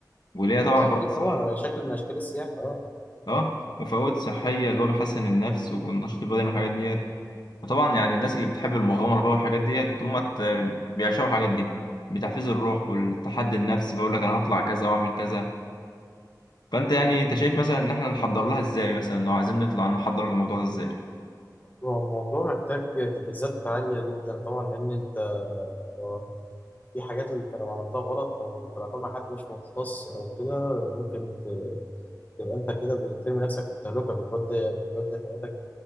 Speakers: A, on the left; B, on the left.
A: وليها طبعا
B: ده
A: فوائد
B: اكيد
A: صحيه
B: طبعا شكل من اشكال السياحه اه
A: اه وفوائد صحية اللي هو بيحسن النفس والنشاط البدني والحاجات ديت وطبعا يعني الناس اللي بتحب المغامرة بقى والحاجات ديت هم ت- بيعشقوا الحاجات دي بتحفيز الروح والتحدي النفسي بقول لك انا هطلع كذا واعمل كذا فانت يعني انت شايف مثلا ان احنا نحضر لها ازاي مثلا لو عايزين نطلع نحضر الموضوع ده ازاي
B: هو الموضوع محتاج تجهيزات عاليه جدا طبعا لان انت آه، في حاجات اللي انت لو عملتها غلط او طلعتها مع حد مش مختص او كده ممكن ت- تبقى انت كده بترمي نفسك في التهلكه بتودي بتودي حياتك